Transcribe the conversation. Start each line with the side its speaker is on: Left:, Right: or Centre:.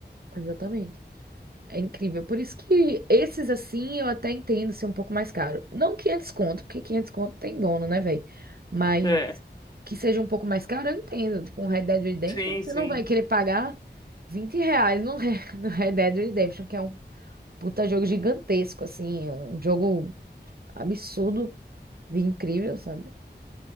Right: exatamente. É incrível. Por isso que esses assim eu até entendo ser um pouco mais caro. Não 500 conto, porque 500 conto tem dono, né, velho? Mas
Left: É.
Right: que seja um pouco mais caro, eu entendo. Tipo, um Red Dead Redemption,
Left: Sim,
Right: você
Left: sim.
Right: não vai querer pagar 20 reais no, Re- <laughs> no Red Dead Redemption, que é um puta jogo gigantesco, assim, um jogo absurdo de incrível, sabe?